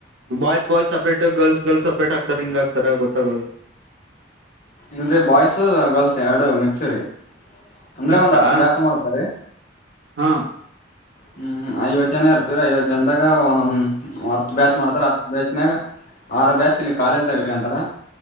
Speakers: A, on the right; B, on the left.
A: boys boys separate girls girls separate ಹಾಗ್ತದೆ ಹಂಗ ಆಗ್ತಾರ ಗೊತ್ತಾಗದು
B: ಇಲ್್ರೆ ಬಾಯ್ಸ ಗರ್ಲ್ಸ್ ಎರಡು ಮಿಕ್ಸರಿ ಅಂದ್ರೆ
A: ಮಿಕ್ಸಾ
B: ಒಂದ್ ಹತ್ತು ಬ್ಯಾಾಸ ಮಾಡ್ತಾರೆ
A: ಹಾ
B: ಹ್ಮ್ ಐವತ್ತು ಜನ ಇರ್ತೀವ್ರ ಐವತ್ ಜನದಾಗ ಒಂದೊ ಹತ್ ಬ್ಯಾಚ್ ಮಾಡ್ತಾರ ಹತ್ ಬ್ಯಾಚ್ನಾಗ ಆರು ಬ್ಯಾಚ್ ಇಲ್ಲಿ ಕಾಲೇಜ್ದಾಗ ಇಟ್ಕಂತಾರ